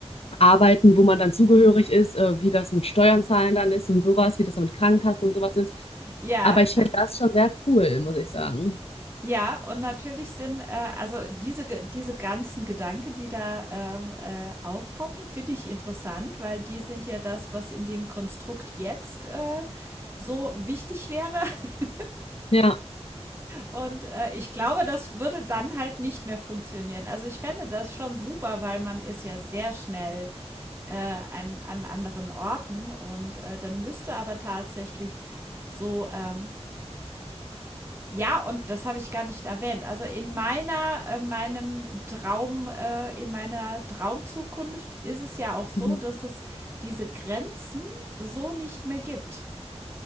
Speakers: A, on the left; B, on the right.
A: Arbeiten, wo man dann zugehörig ist, äh, wie das mit Steuern zahlen dann ist und sowas, wie das dann mit Krankenkasse und sowas ist.
B: Ja.
A: Aber ich finde das schon sehr cool, muss ich sagen.
B: Ja, und natürlich sind, äh, also diese Ge diese ganzen Gedanken, die da, ähm, äh, aufpoppen, finde ich interessant, weil die sind ja das, was in dem Konstrukt jetzt, äh, so wichtig wäre. <laughs>
A: Ja,
B: Und, äh, ich glaube, das würde dann halt nicht mehr funktionieren. Also, ich fände das schon super, weil man ist ja sehr schnell, äh, an an anderen Orten und, äh, dann müsste aber tatsächlich so, ähm Ja, und das habe ich gar nicht erwähnt. Also in meiner, äh, meinem Traum, äh, in meiner Traumzukunft ist es ja auch so,
A: Mhm.
B: dass es diese Grenzen so nicht mehr gibt.